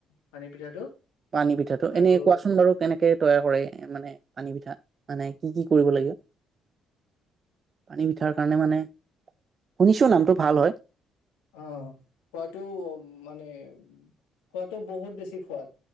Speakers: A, on the left; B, on the right.
A: পানী পিঠাটো
B: পানী পিঠাটো
A: আৰু
B: এনে কোৱাচোন বাৰু কেনেকে তৈয়াৰ কৰে মানে পানী পিঠা মানে কি কি কৰিব লাগে, পানী পিঠাৰ কাৰণে মানে, শুনিছো নামটো ভাল হয়।
A: অঁ খোৱাটো মানে খোৱাটো বহুত বেছি সোৱাদ।